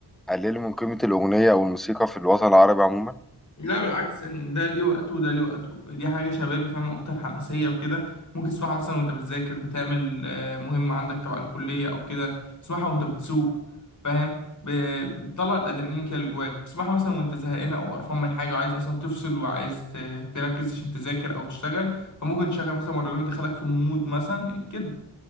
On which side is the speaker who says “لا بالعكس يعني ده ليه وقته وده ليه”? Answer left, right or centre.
Left